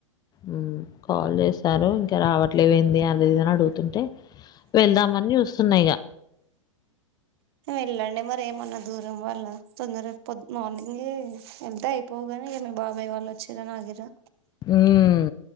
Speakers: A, on the left (about 25°); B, on the right (about 50°).
A: మ్ కాల్ చేశారు ఇంకా రావట్లే ఏంది అని అది ఇది అందరూ అడుగుతుంటే, వెళ్దామని చూస్తున్నా ఇక
B: వెళ్ళండి మరి ఏమన్నా దూరం వాళ్ళ, తొందరగా పొద్దు మార్నింగ వెళ్తే అయిపోవుగానీ ఏమి బాబాయ్ వాళ్ళు వచ్చారా నాగిరా
A: మ్